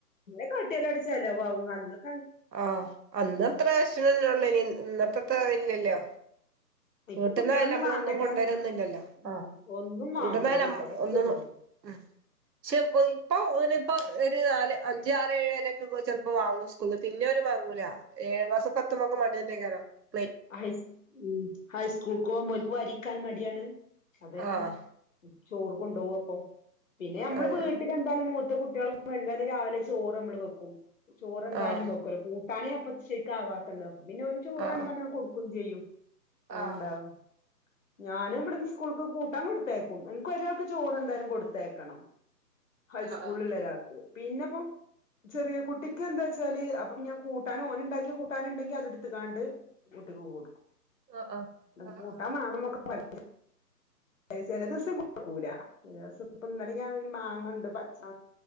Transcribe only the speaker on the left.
<unintelligible> ചെലവ് <unintelligible>
ഇപ്പൊ
കുട്ടികളൊന്നും
വാങ്ങട്ടെ
ഉം
ഒന്നും വാങ്ങൂല
കുട്ടികള് ഒറ്റ
ഒന്നും
വാങ്ങൂല
ഹൈസ് ഉം ഹൈസ്കൂളിക്ക് പോകുമ്പോ നിക്ക് വരിക്കാൻ മടിയാണ്? അതന്നെ
ചോറ് കൊണ്ടുപോവപ്പം പിന്നെ അമ്മള്
വീട്ടില <unintelligible> <unintelligible> രാവിലെ ചോറനമ്മള് വെക്കും ചോറെന്തായാലും
വെക്കൂല്ല കൂ പണി അപ്പ ശേക്ക് ആവാത്തത്പ്പൊ പിന്നെ ചോറ്
വേണ പറഞ്ഞ് കൊടുക്കയും ചെയ്യും. അതണ്ടാവോ
ഞാനും ഇവിടന്ന് സ്കൂൾക്ക് കൂട്ടാൻ കൊടുത്തേക്കും. എനിക്ക് ഒരാക്ക് ചോറ് എന്തായാലും കൊടുത്തേക്കണം. ഹൈസ്കൂളള്ള
ഒരാക്ക് പിന്നെപ്പം ചെറിയ കുട്ടിക്ക് എന്താച്ചാല് അപ്പൊ ഞാൻ കൂട്ടാൻ ഓന്ണ്ടാക്കി കൂട്ടാന ഉണ്ടെങ്കി അതെടുത്തക്കാണ്ട് <unintelligible>
കൂട്ടാൻ വേണ എന്നൊക്കെ പറ ചില ദിവസം കൊഴക്കൂല ചില ദിവസം ഇപ്പ ഇന്നാലെ ഞൻ ഒരു മാങ്ങ ഉണ്ട് പച്ച